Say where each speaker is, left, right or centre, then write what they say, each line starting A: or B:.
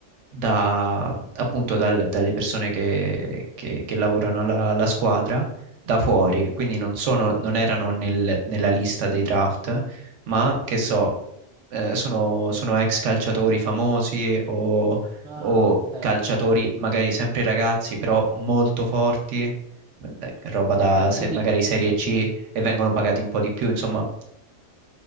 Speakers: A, on the right; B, on the right.
A: da, appunto dal- dalle persone che, che- che lavorano alla, alla squadra da fuori, quindi non sono, non erano nel- nella lista dei draft, ma che so, eh, sono, sono ex calciatori famosi o,
B: Ah,
A: o
B: ok.
A: calciatori magari sempre ragazzi, però molto forti, eh, roba
B: Ok,
A: da se-
B: quindi
A: magari Serie C e vengono pagati un po' di più, insomma,